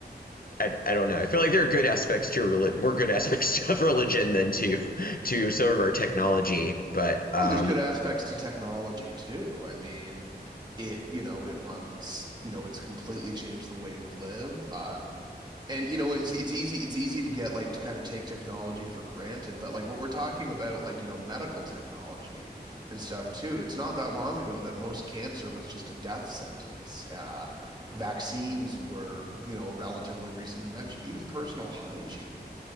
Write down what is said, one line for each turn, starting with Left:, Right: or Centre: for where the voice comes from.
Left: I, I don't know. I feel like there are good aspects to religion, more good aspects <laughs> of religion than to to some of our technology. But um,
Right: Oh, there's good aspects to technology too. I mean, it, you know, it runs, you know, it's completely changed the way we live. Um, and you know, it's it's easy it's easy to get like to kind of take technology for granted, but like what we're talking about, like, you know, medical technology and stuff too. It's not that long ago that most cancer was just a death sentence. Uh, vaccines were, you know, a relatively recent invention, even personal hygiene.